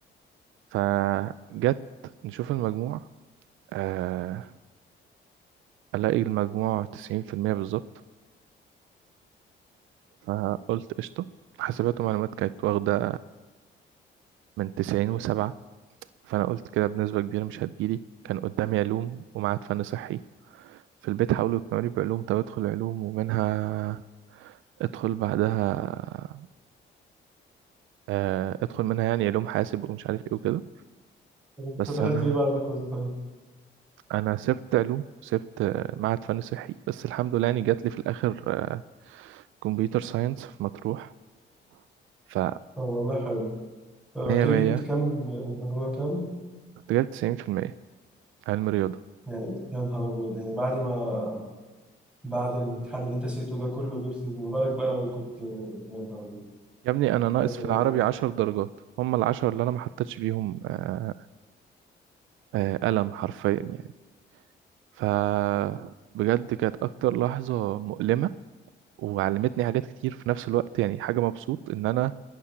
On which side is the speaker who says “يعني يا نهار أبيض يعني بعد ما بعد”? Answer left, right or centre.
Centre